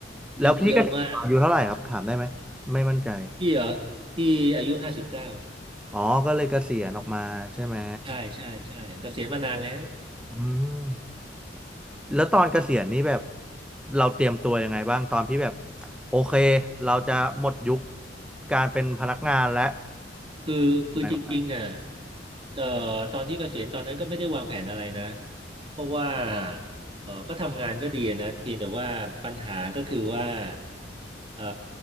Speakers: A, on the right; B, in the centre.
A: พี่เยอะมาก
B: แล้วพี่ก็อายุเท่าไหร่ครับถามได้ไหมไม่มั่นใจ
A: พี่เหรอพี่อายุห้าสิบเก้า
B: อ๋อก็เลยเกษียณออกมาใช่ไหม
A: ใช่ใช่ใช่เกษียณมานานแล้ว
B: อืม แล้วตอนเกษียณนี่แบบเราเตรียมตัวยังไงบ้างตอนพี่แบบโอเคเราจะหมดยุคการเป็นพนักงานและ
A: คือคือจริงๆอ่ะ
B: ไงบ้างครับ
A: เอ่อตอนที่เกษียณตอนนั้นก็ไม่ได้วางแผนอะไรนะเพราะว่า เออก็ทำงานก็ดีนะเพียงแต่ว่าปัญหาก็คือว่าเอ่อ